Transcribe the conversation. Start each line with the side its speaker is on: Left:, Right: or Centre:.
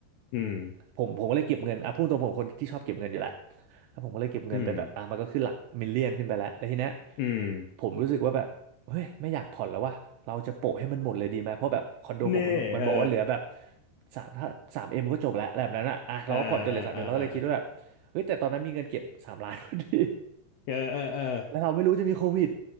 Left: อืม
Right: ผมผมก็เลยเก็บเงินอ่ะพูดตรงผมคนที่ชอบเก็บเงินอยู่แหละแล้วผมก็เลยเก็บเงินไปแบบอ่ะมันก็ขึ้นหลักมิลเลียนขึ้นไปแล้วแล้วทีเนี้ย
Left: อืมอืม
Right: ผมรู้สึกว่าแบบ เฮ้ยไม่อยากผ่อนแล้วว่ะเราจะโปะให้มันหมดเลยดีไหมเพราะแบบคอนโดผมมันมันบอกว่าเหลือแบบ
Left: เน่เออ
Right: สามถ้าสามเอ็มก็จบแล้วแบบนั้นอ่ะอ่ะเราก็ผ่อนจนเหลือสามเอ็มเราก็เลยคิดว่าแบบเฮ้ยแต่ตอนนั้นมีเงินเก็บสามล้านพอดี
Left: อ่าอ่าอ่าอ่าเออเออเออ
Right: แล้วเราไม่รู้จะมีโควิด